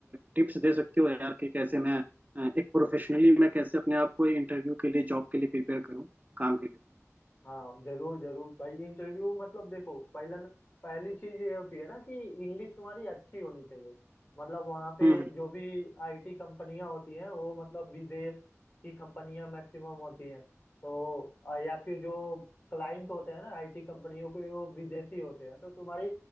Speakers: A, on the right; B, on the left.
A: टिप्स दे सकते हो यार कि कैसे मैं अ, एक प्रोफेशनली मैं कैसे अपने आप को इंटरव्यू के लिए जॉब के लिए प्रिपेयर करूँ काम के लिए
B: हाँ जरूर जरूर भाई इंटरव्यू मतलब देखो पहला पहली चीज ये होती है ना कि इंग्लिश तुम्हारी अच्छी होनी चाहिए मतलब वहाँ पे
A: हम्म हम्म
B: जो भी आईटी कंपनियां होती हैं वो मतलब विदेश की कंपनियां मैक्सिमम होती हैं तो अ, या फिर जो क्लाइंट होते हैं ना आईटी कंपनियों के वो विदेशी होते हैं तो तुम्हारी